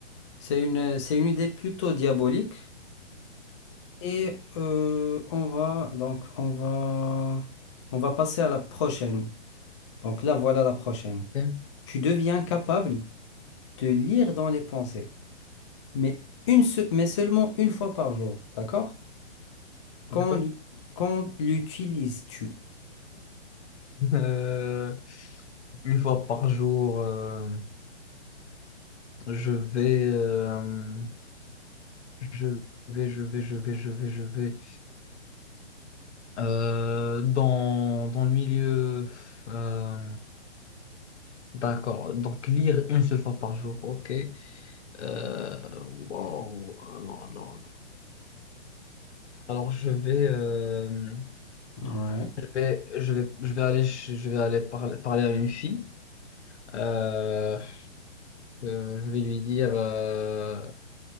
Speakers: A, on the left; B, on the left.
A: c'est une, c'est une idée plutôt diabolique. Et euh, on va, donc, on va, on va passer à la prochaine. Donc là, voilà la prochaine.
B: Ok,
A: Tu deviens capable de lire dans les pensées, mais, une se- mais seulement une fois par jour, d'accord? Quand,
B: D'accord?
A: l'u- quand l'utilises-tu?
B: Euh, une fois par jour, euh, je vais, euh, je vais, je vais, je vais, je vais, je vais euh, dans, dans le milieu. euh, D'accord. Donc, lire une seule fois par jour. OK. Euh, wow. Alors, alors, alors. Alors, je vais, euh,
A: Ouais,
B: je vais, je vais, je vais aller, ch- je vais aller parler, parler à une fille. Euh, euh, je vais lui dire, euh,